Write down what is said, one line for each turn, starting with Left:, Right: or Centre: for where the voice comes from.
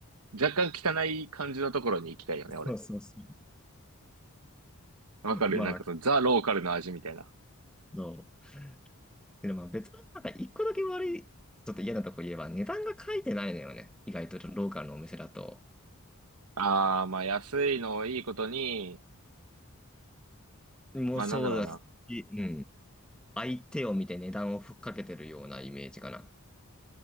Right: う、若干汚い感じのところに行きたいよね、俺。
Centre: そうそうそう。
Right: わかるなんかそのザ・
Centre: <laughs> まあ、
Right: ローカルの味みたいな。
Centre: そう。でもまあ別のなんか一個だけ悪い、ちょっと嫌なとこ言えば値段が書いてないのよね。意外とローカルのお店だと。
Right: ああ、まあ安いのをいいことに、
Centre: もうそうだし、
Right: まあなんだろうな。
Centre: うん。相手を見て値段をふっかけてるようなイメージかな。